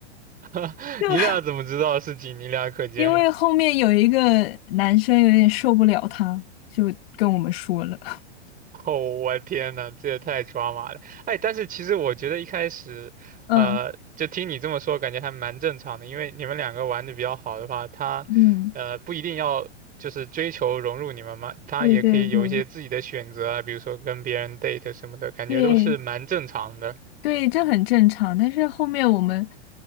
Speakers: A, on the right; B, on the left.
A: <laughs>
B: 就
A: 你俩怎么知道是仅你俩可见？
B: 因为后面有一个男生有点受不了他，就跟我们说了，<laughs>
A: <laughs> 哦，我天呐，这也太抓马了！哎，但是其实我觉得一开始，
B: 嗯
A: 呃，就听你这么说，感觉还蛮正常的，因为你们两个玩的比较好的话，他，
B: 嗯，
A: 呃，不一定要就是追求融入你们嘛，他也可以有一些自己的选择啊，
B: 对对对
A: 比如说跟别人 date 什么的，感觉都是蛮正常的。
B: 对，对，这很正常。但是后面我们